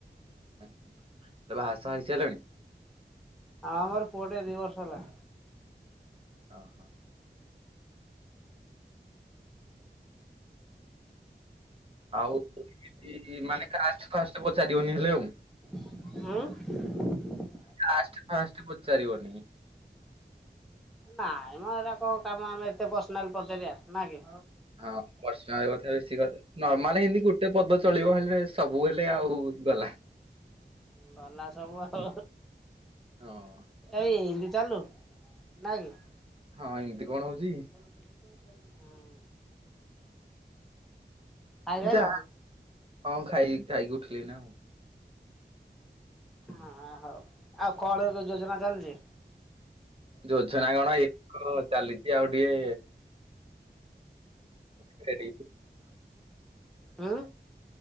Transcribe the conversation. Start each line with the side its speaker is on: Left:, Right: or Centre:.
Right: ଏଇଁ ବାହା ସାହା ହେଇସାରିଲଣି?
Centre: ଆଁ ମୋର ପୁଅଟେ ଦି ବର୍ଷ ହେଲା।
Right: ଓହୋ। ଆଉ ମାନେ କେମତି ମାନେ କାଷ୍ଟ ଫାଷ୍ଟେ ପଚାରିବନି ହେଲେ ଆଉ।
Centre: ଉଁ?
Right: କାଷ୍ଟ ଫାଷ୍ଟେ ପଚାରିବନି।
Centre: ନାଇଁ ମ ଏରା କଣ କାମ ଆମେ ଏତେ ପର୍ସନାଲ ପଚାରିବା ନା କି?
Right: ହଁ ପର୍ସନାଲ କଥା ବେଶି କ ନର୍ମାଲ ହିନ୍ଦି ଗୁଟେ ପଦ ଚଳିବ ହେଲେ ସବୁ ବେଲେ ଆଉ ଗଲା।
Centre: ଗଲା ସବୁ ଆଉ
Right: ହଁ
Centre: ଏଇ ହିନ୍ଦି ଚାଲୁ। ନାଇଁ।
Right: ହଁ ଏମିତି କଣ ହଉଚିକି?
Centre: ହୁଁ। ଖାଇସାଇଲ?
Right: ଯାହା ହଁ ଖାଇ ଖାଇକି ଉଠିଲି ଏଇନା ଆଉ।
Centre: ହଁ ହଉ ଆଉ କଣ ଏବେ ଯୋଜନା ଚାଲିଚି?
Right: ଯୋଜନା କଣ ଇଏ ତ ଚାଲିଚି ଆଉ ଟିକେ ଟ୍ରେଡିଂ
Centre: ହୁଁ।